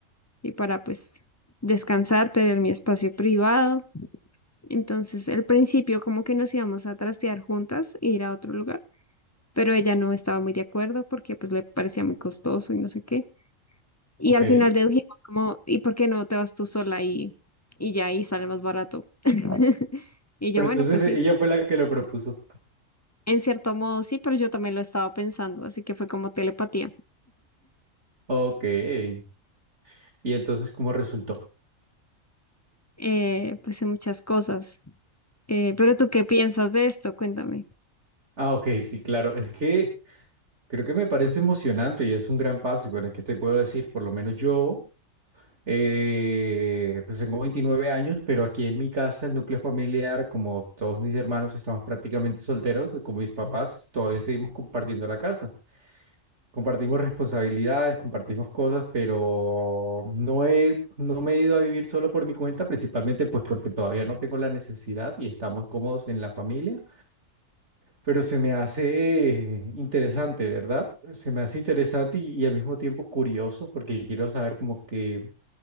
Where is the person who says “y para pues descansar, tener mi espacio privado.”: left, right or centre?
Left